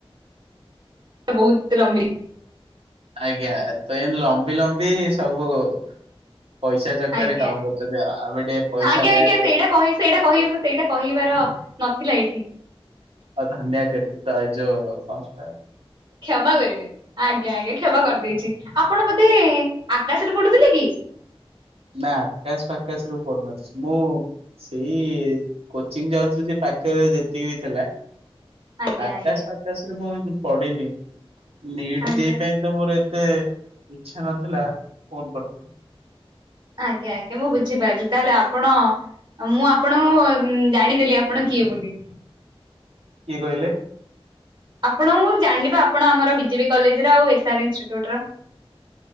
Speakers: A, on the right; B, on the right.
A: ବହୁତ ଲମ୍ବି
B: ଆଜ୍ଞା ଚେନ ଲମ୍ବି ଲମ୍ବି ସବୁ ପଇସା ଚକରେ
A: ଆଜ୍ଞା।
B: କାମ କରୁଛନ୍ତି। ଆ ଆମେ ଟିକେ ପଇସା
A: ଆଜ୍ଞା
B: ପାଇବା
A: ଆଜ୍ଞା
B: ପାଇଁ
A: ସେଇଟା କହି ସେଇଟା କହିବ ସେଇଟା କହିବାର ନଥିଲା ଏଇଠି।
B: ଆଉ ଧନ୍ୟ କରି ଦ ଯ କଣ ସେଟା?
A: କ୍ଷମା କରିବେ। ଆଜ୍ଞା ଆଜ୍ଞା କ୍ଷମା କରିଦେଇଛି। ଆପଣ ବୋଧେ ଆକାଶରେ ପଢୁଥିଲେ କି?
B: ନା ଆକାଶ ଫାକାଶ ରେ ପଢୁ ନ <unintelligible> ମୁଁ ସେଇ କୋଚିଂ ଯାଉଥିଲି ଯେ ପାଖରେ ଯେତିକି ବି ଥିଲା।
A: ଆଜ୍ଞା
B: ଆକାଶ
A: ଆଜ୍ଞା
B: ଫାକାଶ ରେ ମୁଁ ଏମତି ପଢ଼ିନି। ନିଟ୍
A: ଆଜ୍ଞା
B: ଯେଇ ପାଇଁ ତେ ମୋର ଏତେ ଇଚ୍ଛା ନଥିଲା, ଫୋନ କରିଥିଲି।
A: ଆଜ୍ଞା ଆଜ୍ଞା ମୁଁ ବୁଝିପାରିଲି, ତାହେଲେ ଆପଣ ମୁଁ ଆପଣଙ୍କୁ ଉମ ଜାଣିଦେଲି ଆପଣ କିଏ ବୋଲି?
B: କିଏ କହିଲେ?
A: ଆପଣଙ୍କୁ ମୁଁ ଜାଣିଲି ବା ଆପଣ ଆମର ବିଜେପି କଲେଜ ର ଆଉ ଏସ୍ ଆର ଇନଷ୍ଟିଚ୍ୟୁଟର।